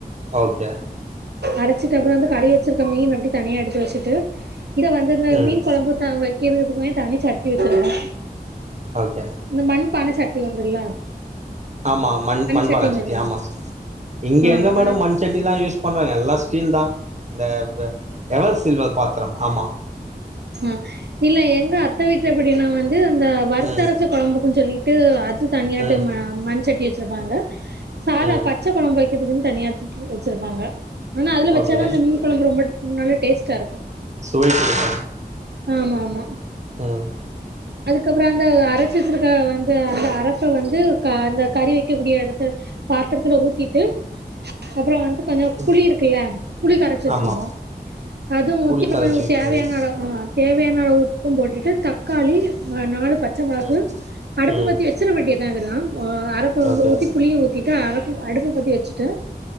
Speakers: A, on the right (about 45°); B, on the right (about 85°).
A: ஓகே
B: அரைச்சிட்டு அப்புற வந்து கழிவி வச்சிருக்க மீன்ன அப்டி தனியா எடுத்து வச்சுட்டு இத வந் து இந்த
A: ம்
B: மீன் கொழம்பு தா வெக்கிறதுக்குமே தனி சட்டி வச்சுருகோ
A: ஓகே
B: இந்த மண்பானை சட்டி உண்டுல்ல
A: ஆமா மண் மண்பானா
B: சட்டின்னு
A: செட்டி
B: சொல்லுவாங்க
A: ஆமா இங்க
B: ஆ
A: எங்க மேடம்
B: ஆ
A: மண் சட்டிலா யூஸ் பண்றாங்க எல்லா ஸ்டீல் தா இந்த அந்த எவல் சில்வர் பாத்திரம் ஆமா
B: ஆ இல்ல எங்க அத்தை வீட்டுல எப்டின்னா வந்து அந்த வருத்தரச
A: ம்
B: கொழம்புக்குன்னு சொல்லி ட்டு அது தனியாட்டு
A: ம்
B: ம மண் சட்டி வச்சுருப்பாங்க சாதா
A: ம்
B: பச்ச கொழம்பு வக்கிறதுக்குன்னு தனியாத்து வச்சிருப்பாங்க ஆனா அதுல வச்சாதா
A: ஓகே
B: அந்த மீன் கொழம்பு ரொம்ப நல்ல டேஸ்ட்டா இருக்கு
A: சுவை குடுக்கும்
B: ஆமா ஆமா
A: ம்
B: அதுக்கப்புற அந்த அரைச்சி வச்சிருக்க வந்து அந்த அரைப்ப வந்து க அந்த கறி வெக்கக்க கூடிய எடத்துல பாத்திரத்துல ஊத்திட்டு அப்புற வந்து கொஞ்சோ
A: ம்
B: புளி இருக்குல்ல புளி கரைச்சு வச்சிருவோ
A: ஆமா
B: அதுவும் ஊத்தி
A: புளி
B: இப்ப
A: கரச்சி
B: கொஞ்ச தேவையான
A: ம்
B: அளவு ஆமா தேவையான அளவு உப்பும் போட்டுட்டு தக்காளி நாலு பத்து பச்ச மொளகு
A: ம்
B: அடுப்பு
A: ம்
B: பத்தி வச்சிட வேட்டியதுதான் இதெல்லா ஒ அரப்ப வந்து
A: ஓகே
B: ஊத்தி புளியு ஊத்தி அ அரப்பு அடுப்பு பத்தி வச்சுட்டு